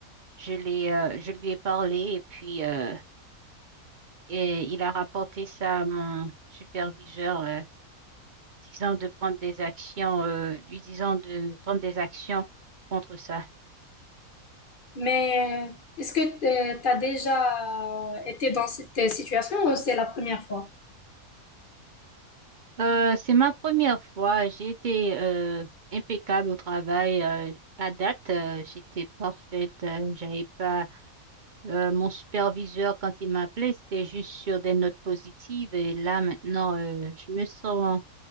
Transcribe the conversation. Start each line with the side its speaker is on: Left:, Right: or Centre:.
Right: je l'ai, euh, je lui ai parlé et puis euh, et il a rapporté ça à mon superviseur, euh, disant de prendre des actions, euh, lui disant de prendre des actions contre ça.
Left: Mais est-ce que tu as déjà été dans cette situation ou c'est la première fois?
Right: Euh, c'est ma première fois. J'ai été euh, impeccable au travail. euh, à date, euh, j'étais parfaite. euh, j'avais pas euh, mon superviseur quand il m'appelait, c'était juste sur des notes positives. Et là maintenant, euh, je me sens